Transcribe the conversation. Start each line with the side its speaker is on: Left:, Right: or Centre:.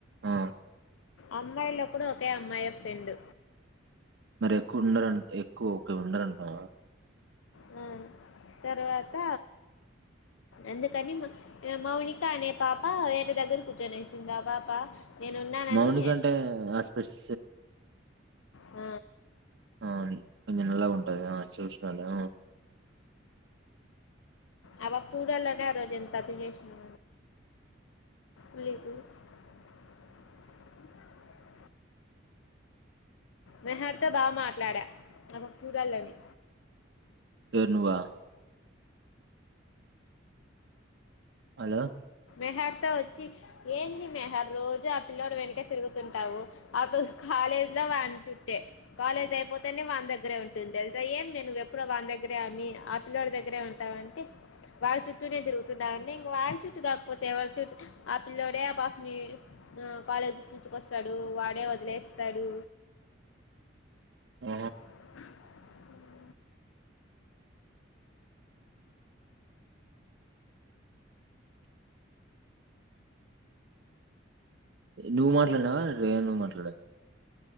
Right: ఆ
Left: అమ్మాయిలలో కూడా ఒకే అమ్మాయి ఫ్రెండు
Right: మరి ఎక్కువ ఉండర అండ్ ఎక్కువ ఒక ఉండాలంటావా
Left: హ్మ్ తర్వాత అందుకని మౌనిక అనే పాప ఎంత దగ్గర కూర్చొనే సిందా పాప నేనున్నానని
Right: మౌనిక అంటే ఆస్పెస్
Left: హ
Right: ఆ కొంచెం నల్లగా ఉంటది ఆ చూ <unintelligible> సడే <unintelligible>
Left: ఆ పాప చూడాలనే ఆ రోజు ఎంత అతి చేసిననో లే లేకు <unintelligible> <inaudible> మెహార్ తో బాగా మాట్లాడా <unintelligible>
Right: ఎవరు నువ్వా హలో
Left: మెహార్ తో వచ్చి ఏంది మెహార్ రోజు ఆ పిల్లోడు వెనుకె తిరుగుతుంటావు ఆ కాలేజ్ లో వాని చుట్టే కాలేజ్ అయిపోతేనే వాని దగ్గరే ఉంటుంది తెలుసా ఏమి నువ్వు ఎప్పుడు వాని దగ్గరే ఆమ్మి ఆ పిల్లోడి దగ్గరే ఉంటావంటే వాడి చుట్టూనే తిరుగుతున్నావు అంటే ఇంక వాని చుట్టూ కాక పోతే ఎవరు చుట్టు ఆ పిల్లోడే ఆ పాపని కాలేజీ పిలుచుకొస్తాడు వాడే వదిలేస్తాడు
Right: ఉ
Left: <inaudible>
Right: నువ్వు మాట్లాడినవా రేణు మాట్లాడిందా